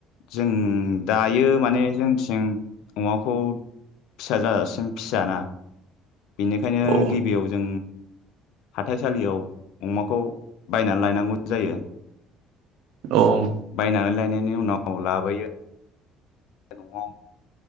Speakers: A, on the left; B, on the right.
A: जों दायो माने जोंथिं अमाखौ फिसा जाजासिम फिसियाना बेनिखायनो
B: अ
A: गिबियाव जों हाथाइसालियाव अमाखौ बायनानै लायनांगौ जायो।
B: अ औ
A: बायनानै लायनायनि उनाव लाबोयो। न' आव